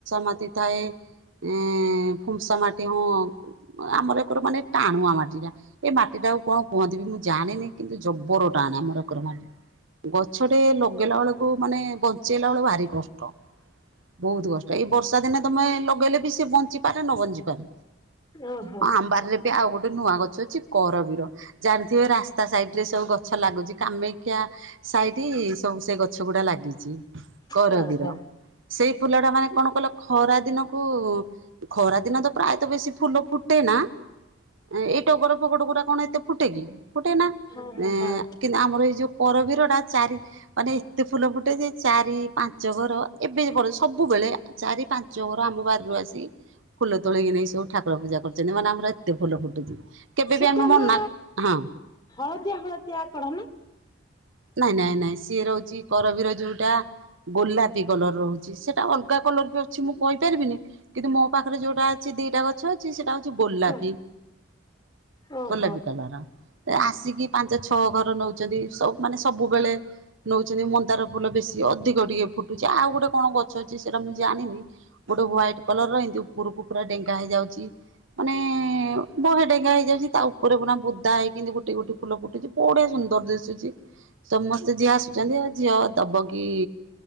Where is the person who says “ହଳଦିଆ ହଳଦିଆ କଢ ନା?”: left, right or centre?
Left